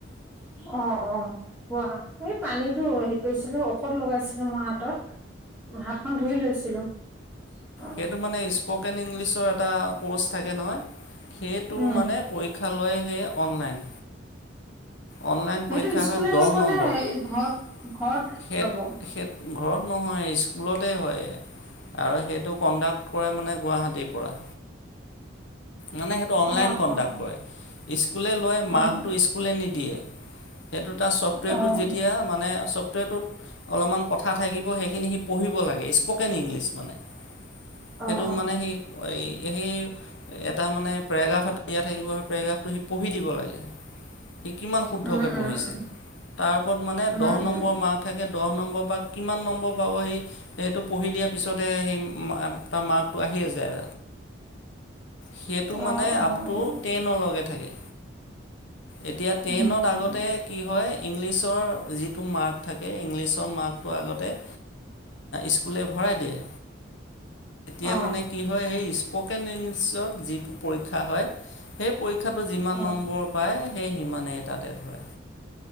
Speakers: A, in the centre; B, on the left.
A: অ', অ'। কোৱা এই পানীতটো হেৰি কৰিছিলে ঔষধ লগাইছিলো মোৰ হাতত। হাতখন ধুই লৈছিলো। অ',
B: সেইটো মানে স্পকেন ইংলিছৰ এটা ক'ৰ্চ থাকে নহয় সেইটো
A: উম,
B: মানেপৰিক্ষ। শিক্ষালয় হে অনলাইন। অনলাইন
A: সেইটো
B: পৰীক্ষা
A: স্কুলে
B: হয় দহ
A: ল'ব
B: নম্বৰ
A: নে
B: স,
A: ঘৰত ঘৰত ল'ব?
B: স ঘৰত নহয় স্কুলতে হয়। আৰু সেইটো কণ্ডাক্ট কৰে মানে গুৱাহাটীৰ পৰা। মানে সেইটো অনলাইন
A: অ',
B: কণ্ডাক্ট
A: অ',
B: কৰে স্কুলে লয় মাৰ্কটো
A: অ',
B: স্কুলে নিদিয়ে। সেইটো তাৰ ছফ্টৱেৰটোত
A: অ',
B: যেতিয়া মানে ছফ্টৱেৰটোত অলপমান কথা থাকিব সেইখিনি সি পঢ়িব লাগে স্পকেন ইংলিছ মানে সেইটো
A: অ', অ',
B: মানে সেই এই, সেই এটা মানে পেৰাগ্ৰাফ এ দিয়া থাকিব সেই পেৰাগ্ৰাফটো সি পঢ়ি দিব লাগেই। সি কিমান শুদ্ধকে
A: উম, উম,
B: পঢ়িছে
A: উম,
B: তাৰ ওপৰত মানে
A: উম,
B: দহ
A: উম,
B: নম্বৰ মাৰ্ক। থাকে দহ নম্বৰ বা কিমান নম্বৰ পাব সেই। সেইটো পঢ়ি দিয়াৰ পিছতহে সেই তাৰ মাৰ্কটো আহিয়ে যায়। সেইটো মানে
A: অ', অ', অ
B: আপ টু টেনৰ লগকে থাকে। এতিয়া ট্ৰেইনত
A: উম,
B: আগতে।
A: উম,
B: কি হয় ইংলিছৰ যিটো মাৰ্ক থাকে ইংলিছৰ মাৰ্কটো আগতে স্কুলে ভৰাই দিয়ে। এতিয়া
A: অ',
B: মানে কি হয় সেই স্পকেন ইংলিছত যিটো পৰীক্ষা হয়। সেই পৰীক্ষাটো যিমান
A: অ',
B: নম্বৰ পায় সেই সিমানেই তাতে ধৰে।